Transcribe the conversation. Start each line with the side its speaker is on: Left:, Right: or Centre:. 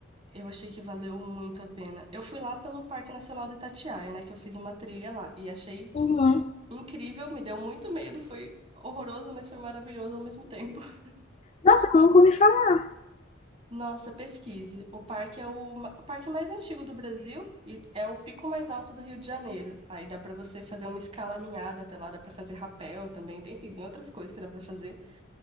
Right: Eu achei que valeu muito a pena. Eu fui lá pelo Parque Nacional do Itatiaia, né? Que eu fiz uma trilha lá e achei
Left: Uhum.
Right: incrível, me deu muito medo, foi horroroso, mas foi maravilhoso ao mesmo tempo. <laughs>
Left: Nossa, eu nunca ouvi falar.
Right: Nossa, pesquise. O parque é o, ma- o parque mais antigo do Brasil e é o pico mais alto do Rio de Janeiro. Aí dá pra você fazer uma escalaminhada até lá, dá pra fazer rapel também, enfim, tem outras coisas que dá pra fazer.